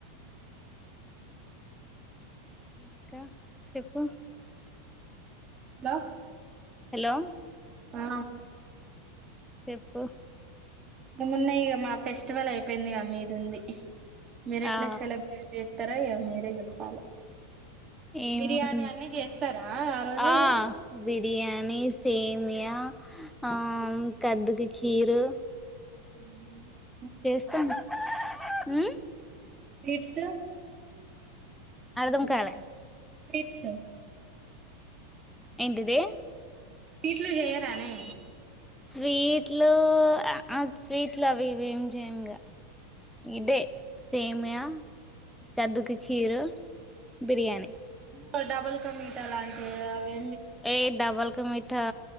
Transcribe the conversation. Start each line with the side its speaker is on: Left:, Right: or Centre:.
Centre: ఇంకా చెప్పు
Right: హల
Centre: హలో
Right: ఆ
Centre: చెప్పు
Right: ఏమున్నయ్ ఇక మా ఫెస్టివల్ అయిపోయింది ఇ మీది ఉంది మీరు ఎట్లా
Centre: ఆ
Right: సెలబ్రేట్ చే తరో ఇగ మీరే చెప్పలె
Centre: ఏముంది
Right: బిర్యానీ అన్ని చేస్తారా ఆ రోజుల
Centre: ఆ
Right: లో
Centre: బిర్యానీ సేమ్యా ఆ కదుది కీరు
Right: ఉ అవును
Centre: చేస్తం ఊ
Right: ఎట్లా
Centre: అర్దం కాలె
Right: స్వీట్స్ సొ
Centre: ఏంటిదే
Right: వీట్లు చేయరానే
Centre: స్వీట్లు అ ఆ స్వీట్లు అవి ఇవి ఏం చేయమిగ ఇదే సేమ్య, కదుకు కీరు, బిర్యానీ.
Right: గ డబల్ క మీటా లాంటివ ఏవో
Centre: ఏ డబల్క మీఠా